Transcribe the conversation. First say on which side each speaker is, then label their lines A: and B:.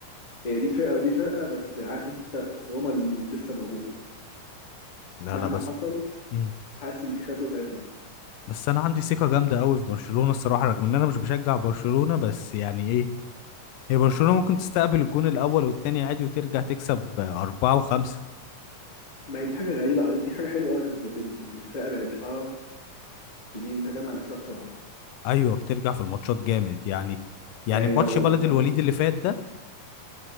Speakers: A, on the left; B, on the left.
A: هي دي فئه ودي فئه بس عارف انت التروما اللي لسه موجوده
B: لا
A: مهما
B: لا بس
A: حصل
B: مم.
A: حاسس ان في خازوق هيطلع
B: بس انا عندي ثقه جامده قوي في برشلونه الصراحه رغم ان انا مش بشجع برشلونه بس يعني ايه هي برشلونه ممكن تستقبل الجون الاول والتاني عادي وترجع تكسب آه، اربعه وخمسه
A: ما هي دي حاجه غريبه دي حاجه حلوه قوي اتجددت يعني الفئه بقت بتعرف تجي تجمع نفسها بسرعه
B: ايوه بترجع في الماتشات جامد يعني يعني
A: يعني
B: ماتش
A: لو
B: بلد الوليد اللي فات ده